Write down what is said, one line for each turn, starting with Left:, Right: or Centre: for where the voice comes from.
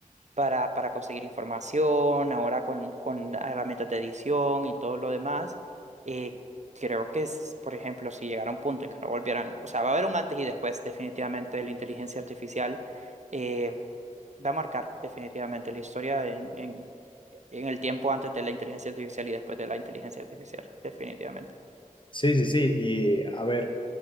Right: para, para conseguir información, ahora con, con herramientas de edición y todo lo demás. eh, creo que, es por ejemplo, si llegara un punto en que no volvieran, o sea, va a haber un antes y después definitivamente de la inteligencia artificial, eh, va a marcar definitivamente la historia en, en, en el tiempo antes de la inteligencia artificial y después de la inteligencia artificial, definitivamente.
Left: Sí, sí, sí, y a ver,